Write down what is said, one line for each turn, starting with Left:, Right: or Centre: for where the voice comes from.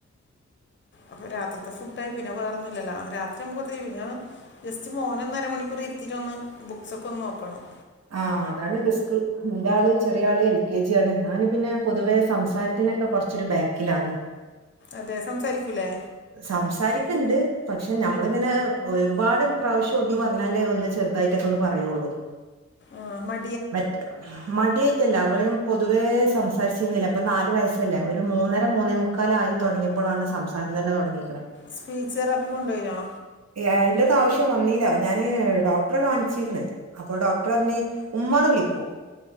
Left: അപ്പൊ രാത്രിത്തെ ഫുഡ് ആയി പിന്നെ വേറന്നൊല്ലല്ലോ രാത്രി നമ്മക്ക് <unintelligible> ജസ്റ്റ് മോനെ ഒന്നര മണിക്കൂർ ഇരുത്തിയിട്ടൊന്ന് ബുക്സൊക്കെ ഒന്ന് നോക്കണം
Right: ആഹ് അതാണ് റിസ്ക് ന്റാള് ചെറിയ ആള് എൽ കെ ജി ആണ് അവന് പിന്നെ പൊതുവെ സംസാരത്തിനൊക്കെ കുറച്ച് ച്ചൊരു ബാക്കിലാണ്
Left: അതെ സംസാരിക്കൂല്ലേ
Right: സംസാരിക്ണ്ട് പക്ഷെ നമ്മളിങ്ങനെ ഒരുപാട് പ്രാവശ്യം ഒന്ന് പറഞ്ഞാലേ ഒന്ന് ചെർ തായിട്ടൊക്കെ ഒന്ന് പറയുള്ളൂ
Left: ആഹ് മ
Right: മറ്റ മടിയായിട്ടല്ല അവൻ പൊതുവേ സംസാരിച്ചിന്നില്ല ഇപ്പൊ നാല് വയസല്ലേ ഒരു മൂന്നര മൂന്നേമു ക്കാല ആയി തുടങ്ങിയപ്പോളാണ് സംസാരം തന്നെ തുടങ്ങിക്ണ്
Left: സ്പീച്റാപ്പി കൊണ്ടുവോയ്നോ
Right: അതിന്റെ ആവശ്യം വന്നില്ല ഞാന്‍ ഡോക്ടറെ കാണിച്ചിരുന്നു ഡോക്ടര്‍ ചോദിച്ചു ഉമ്മാ എന്ന് വിളിക്കണോ?